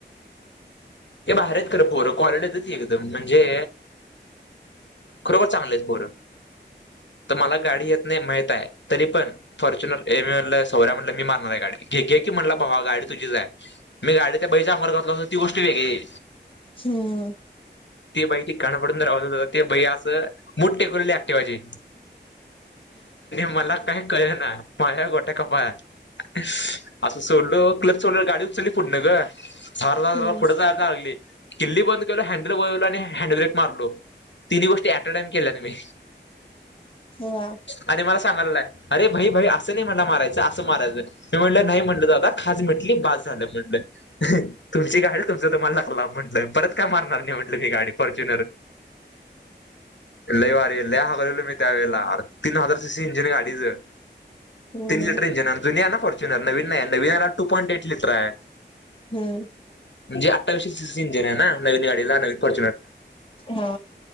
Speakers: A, on the left; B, on the left.
A: हे भारी आहेत खरं पोरं कलडतच एकदम म्हणजे खरोबर चांगले पोर तर मला गाडी येत नाही माहित आहे तरी पण फॉर्च्युनर ए म्हणलं सौर्या म्हणलं मी मारणार आहे गाडी घेे की म्हणलं भावा गाडी तुझी आहे मी गाडीत त्या बाईच्या अंगावर घातल असतो ती गोष्ट वेगळी
B: हम्म
A: ते बाई त काणंपडूनव ते बाई असं मोठ टेक्युलरली ऍक्टिवायचे मला काही कळे ना माझ्या गोट्या कपाळात असं सोडलो क च गाडी उचलली फुडण ग झाार झा
B: हम्म
A: फुढत जाय लागली किल्ली बंद केल हँडल बो आणि हँडब्रेक मारलो तिन्ही गोष्टी अऍट अ टाइम केल्या मी
B: वा
A: आणि मला चांग अरे भाई भाई असं नाही मला मारायचं असं मारायचं म म्हणलं नाही म्हटलं जा खज म्हटली बाज झालं म्हटलं तुमची गयड तुमचं तम्हाला लागला म्हण परत काय मारणार नाही म्हटलं की गाडी फॉर्च्युनर लैवार ल हगलेलो मी त्या वेळेला तीन हजार सीसी इंजिन गाडीच
B: हम्म
A: तीन लिटर इंजिन जु आहे ना फॉर्च्युनर नवीन नाही नवीनला टू पॉइंट एट लिटर आहे
B: हम्म
A: म्हणजे अठ्ावीवशीची सिंजर आहे ना नवीन गाडीला नवीन क
B: हा